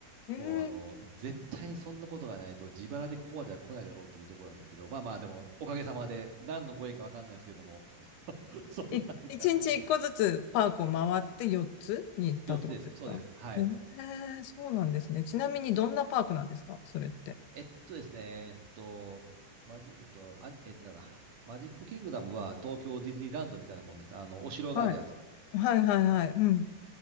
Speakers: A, on the left; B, on the right.
A: ええ
B: もうあの、絶対にそんなことがないと、自腹でここまでは来ないだろうというところなんですけど、まあまあ、でも、おかげさまで、何のご縁か分かんないですけども、<laughs> そんなんでアメリカ。
A: い一日一個ずつパークを回って4つに行ったってことですかへ
B: 4つです、そうです、はい。
A: え、そうなんですね。ちなみにどんなパークなんですかそれって。
B: えっとですね、えっと、マジ、えっと、あ、え、なんだ、マジックキングダムは東京ディズニーランドみたいなもんです。あの、お城があるやつ。
A: はい。はいはいはい。うん。